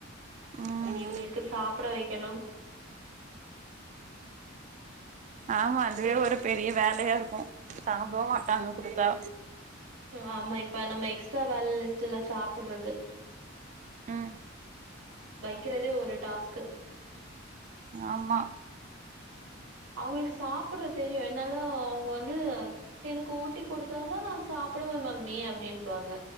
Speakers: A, on the right; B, on the right.
A: ம்
B: இனி இவுங்களுக்கு சாப்ட வைக்கனு
A: ஆமா அதுவே ஒரு பெரிய வேலையா இருக்கு சாப்டவு மா தாங்கு குடுத்தா
B: ஆமா இப்ப நம்ம எக்ஸ்ட்ரா வேல் லிஸ்ட் எல்லா சாப்புட்றது
A: ம்
B: வெக்கிறதே ஒரு டாஸ்க்கு
A: ஆமா
B: அவ்ங்களுக்கு சாப்பிட்றத் தெரியு என்னல்லா அவங்க வந்து எனக்கு ஊட்டி கொடுத்தாதா நா சாப்பிடுவ மம்மி அப்டின்ருவாங்க